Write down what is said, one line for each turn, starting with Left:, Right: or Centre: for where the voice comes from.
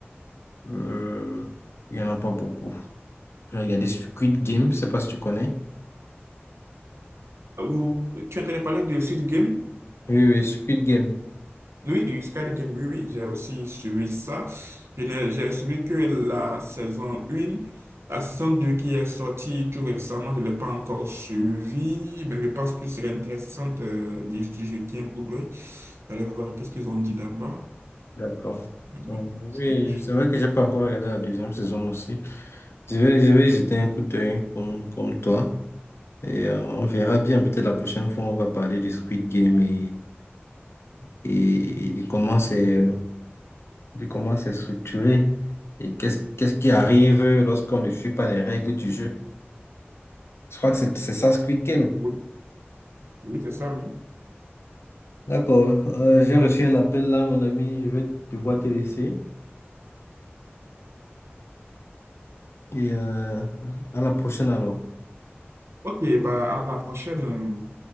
Left: euh, il n'y en a pas beaucoup. J'ai regardé Squid Game, je sais pas si tu connais.
Right: Vous, tu entendais parler de Squid Game?
Left: Oui, oui, Squid Game.
Right: Oui, une Squid Game, oui, oui, j'ai aussi suivi ça. Je n'ai- J'ai suivi que la saison 1. La saison 2 qui est sortie tout récemment, je ne l'ai pas encore suivi, mais je pense que serait intéressant euh, d'y d'y jeter un coup d'œil, d'aller voir qu'est-ce qu'ils ont dit là-bas.
Left: D'accord.
Right: Mais bon,
Left: Donc, Oui,
Right: ça marche.
Left: c'est vrai que j'ai pas encore regardé la deuxième saison aussi. Je vais, je vais jeter un coup d'œil comme, comme toi. Et euh, on verra bien. Peut-être la prochaine fois, on va parler du Squid Game et, et de comment c'est, de comment c'est structuré et qu'est-ce, qu'est-ce qui arrive lorsqu'on ne suit pas les règles du jeu. Je crois que c'est, c'est ça, Squid Game.
Right: Oui, oui, c'est ça, oui.
Left: D'accord. Euh, j'ai reçu un appel là, mon ami. Je vais devoir te laisser. Et euh, à la prochaine alors.
Right: Ok, bah, à la prochaine.